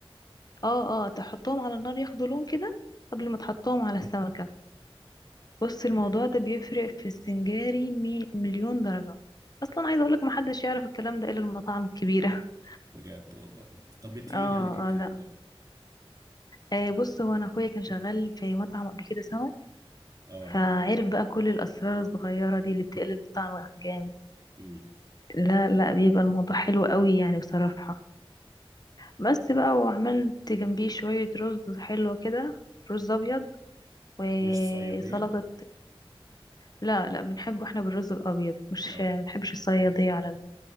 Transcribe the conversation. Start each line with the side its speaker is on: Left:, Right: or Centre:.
Left: اه اه تحطهم على النار ياخدوا لون كده قبل ما تحطهم على السمكة بص
Right: تمام
Left: الموضوع ده بيفرق في السنجاري مي مليون درجة اصلا عايزة اقولك محدش يعرف الكلام ده الا المطاعم الكبيرة <laughs>
Right: بجد والله طب انتي
Left: اه
Right: مين قال لك الكلام
Left: اه لا
Right: ده؟
Left: آه بص هو انا اخويا كان شغال في مطعم قبل كده سمك
Right: اه
Left: فعرف بقى كل الاسرار الصغيرة دي اللي بتقلب الطعم جامد
Right: امم
Left: لا لا بيبقى الموضوع حلو قوي يعني بصراحة بس بقى وعملت جنبيه شوية رز حلوة كده رز ابيض وسلطة
Right: مش صيادية؟
Left: لا لا بنحبه احنا بالرز الابيض مش
Right: اه
Left: بنحبش الصياديه على